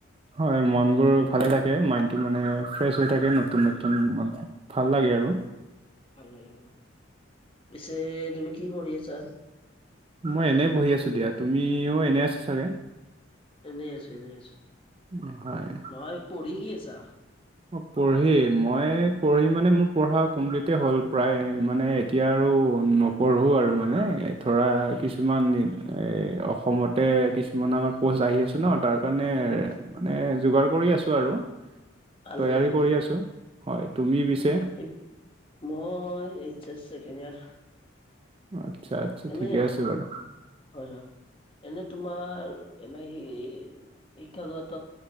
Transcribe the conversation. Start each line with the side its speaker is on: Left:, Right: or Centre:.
Right: হয় মন বোৰ ভালে থাকে মাইন্ডটো মানে ফ্ৰেছ হৈ থাকে নতুন
Left: উম,
Right: নতুন মানে। ভাল লাগে আৰু।
Left: ভাল লাগে আৰু, পিছে তুমি কি পঢ়ি আছা?
Right: মই এনেই বহি আছো দিয়া, তুমিও এনে আছা চাগে?
Left: এনেই আছো এনেই আছো।
Right: নহয়।
Left: নহয় পঢ়ি কি আছা?
Right: অ পঢ়ি মই পঢ়ি মানে মোৰ পঢ়া কমপ্লিট হ'ল প্ৰায় মানে - এতিয়া আৰু নপঢ়োঁ আৰু মানে ধৰা কিছুমান দিন এই অসমত - তাতে কিছুমান আমাৰ পষ্ট আহি আছে ন তাৰ কাৰণে
Left: আহি আছে
Right: মানে যোগাৰ কৰি আছো আৰু।
Left: ভালে
Right: তৈয়াৰী
Left: ভালে
Right: কৰি আছো। হয়, তুমি পিছে?
Left: এই- মই এইচছ এছ ছেকেণ্ড ইয়াৰ।
Right: আচ্ছা আচ্ছা
Left: এনে
Right: ঠিকে আছে বাৰু।
Left: হয় হয় এনেই তোমাৰ এনেই সি - শিক্ষাগত